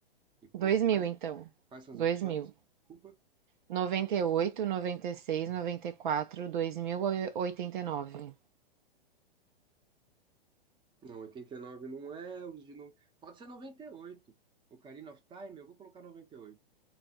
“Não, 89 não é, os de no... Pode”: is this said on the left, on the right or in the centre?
Right